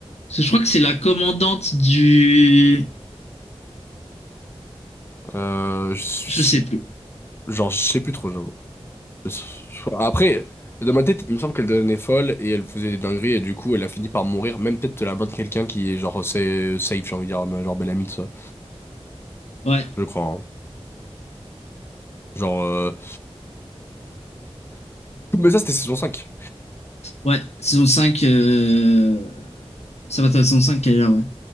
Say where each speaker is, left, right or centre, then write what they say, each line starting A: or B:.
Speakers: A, on the left; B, on the left.
A: Parce que je crois que c'est la commandante du,
B: Euh, je sais-
A: Je sais plus.
B: genre, je sais plus trop, j'avoue. Je- je- Après, dans ma tête, il me semble qu'elle devenait folle et elle faisait des dingueries et du coup, elle a fini par mourir, même peut-être de la main de quelqu'un qui est genre c'est safe, j'ai envie de dire, genre belle amie, de ça.
A: Ouais,
B: Je crois, hein. Genre... euh, Mais ça, c'était saison cinq
A: ouais, saison 5. euh, ça va, ta saison 5 qu'elle est là, ouais.